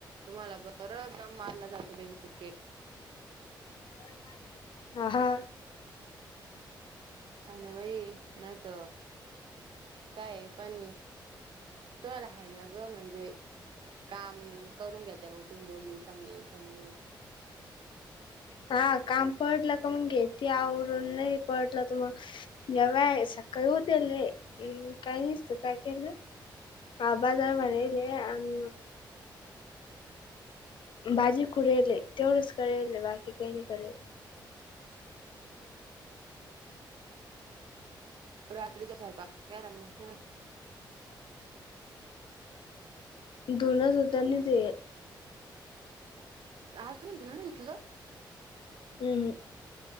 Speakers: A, on the right; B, on the left.
A: तुम्हाला बर दम मारलं जात बई मके
B: <unintelligible> हा-हा
A: हाय ना बाई नाहीत काये पण तुम्हाला हाय ना गं म्हणजे काम करून घ्याता मग तुम्ही दोघी समजून- समजून
B: हा काम पडलं का मग घेती आवरून नाही पडलं त मग जव्हाय सकाळी उठलेय कायनिसत काय केलं हा बाजार भरिले अन् बाजी खुडिले तेवढच करेले बाकी काही नि कर
A: रात्रीचा स्वंयपाक केरान मग केरा
B: धुन धुतानी ते
A: आज तुनी धुन नाही धुतल?
B: हुं -हं